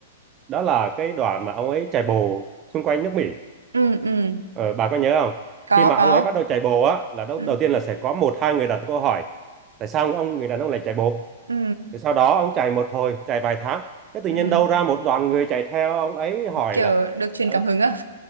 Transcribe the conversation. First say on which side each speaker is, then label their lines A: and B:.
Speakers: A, on the right (about 30°); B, on the right (about 80°).
A: đó là cái đoạn mà ông ấy chạy bộ xung quanh nước Mỹ
B: ừ, ừ,
A: Ờ, bà có nhớ không?
B: có,
A: Khi mà
B: có,
A: ông ấy bắt đầu chạy bộ á, là đầu,
B: ừ,
A: đầu tiên là sẽ có một hai người đặt câu hỏi tại sao ông người đàn ông lại chạy bộ?
B: ừ,
A: Rồi sau đó ông chạy một hồi, chạy vài tháng, cái tự
B: ừ,
A: nhiên đâu ra một đoàn người chạy theo ông ấy hỏi
B: kiểu
A: là
B: được truyền
A: ờ,
B: cảm hứng à?